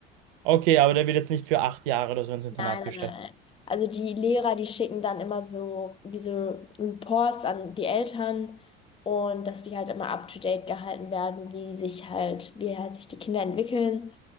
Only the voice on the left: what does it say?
Nein,
nein,
nein. Also die Lehrer, die schicken dann immer so diese Reports an die Eltern und dass die halt immer up to date gehalten werden, wie sich halt, wie halt sich die Kinder entwickeln.